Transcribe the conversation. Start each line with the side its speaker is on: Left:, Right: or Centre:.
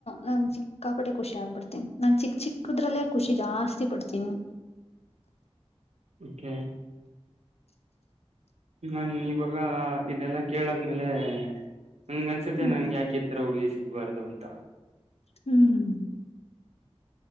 Left: ನಾ ಚಿಕ್ಕಾಪಟ್ಟೆ ಖುಷಿ ಆಗ್ಬಿಡ್ತೀನಿ ನಾ ಚಿಕ್ಕ ಚಿಕ್ಕದ್ರಲ್ಲೇ ಖುಷಿ ಜಾಸ್ತಿ ಪಡ್ತೀನಿ
Right: ಓಕೆ ನನ್ ಇವಾಗ ಇದೆಲ್ಲ ಕೇಳಾದ್ಮೇಲೆ ನನಗ್ ಅನ್ಸುತ್ತೆ
Left: ಹ್ಮ್.
Right: ನನ್ಗೆಕಿತರ ಹುಡ್ಗಿ ಸಿಗಬಾರದು ಅಂತ
Left: ಹ್ಮ್